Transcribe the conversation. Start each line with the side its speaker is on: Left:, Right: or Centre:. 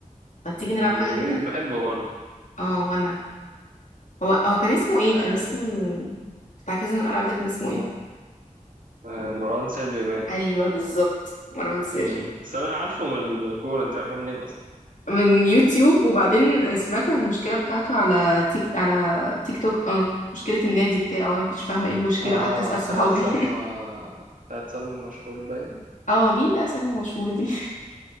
Left: فتيجي
Right: مم،
Left: نلعب حاجة
Right: لذيذ
Left: كده
Right: بحبه برضه
Left: اه وانا هو هو
Right: مم.
Left: كان اسمه ايه
Right: آه،
Left: كان اسمه بتاع كازينو الالعاب ده كان
Right: اسمه
Left: اسمه ايه
Right: آه، مروان سري باين
Left: ايوه بالظبط مروان سري
Right: مم، بس انا عارفه من من الكورة انت عارفاه منين اصلا
Left: من يوتيوب وبعدين سمعت عن المشكلة بتاعته على تيك على تيك توك اه مشكلة النادي بتاعه وانا ما كنتش فاهمة ايه المشكلة
Right: اه
Left: وقعدت اسأل صحابي
Right: بتاعت سلمى بتاعت سلمى مشهور باين
Left: <laughs> اه مين بقى سلمى مشهور دي